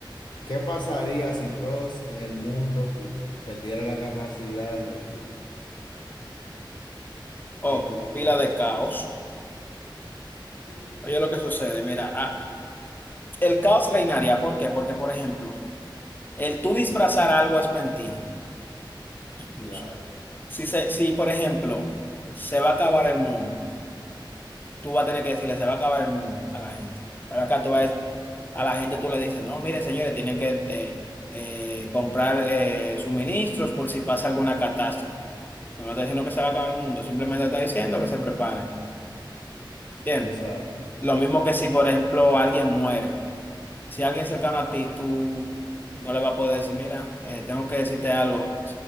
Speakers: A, on the left (about 65°); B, on the left (about 25°).
A: ¿Qué pasaría si todos en el mundo pu- perdieran la capacidad de mentir? ¿Qué
B: Oh,
A: tú crees
B: pila
A: que pasa?
B: de caos.
A: Sí.
B: Oye, lo que sucede, mira, El caos reinaría. ¿Por qué? Porque, por ejemplo, el tú disfrazar algo es mentir. Incluso.
A: Claro,
B: Si, se, si, por ejemplo, se va a acabar el mundo, tú vas a tener que decirle, se va a acabar el mundo a la gente. Pero acá tú
A: es-
B: vas, a la gente tú le dices, no, mire, señores, tienen que eh, eh, comprar eh, suministros por si pasa alguna catástrofe. Tú No está diciendo que se va a acabar el mundo, simplemente está diciendo que se preparen. ¿Entiendes?
A: exacto,
B: Lo mismo que si, por ejemplo, alguien muere. Si alguien cercano a ti, tú no le vas a poder decir, mira, eh, tengo que decirte algo.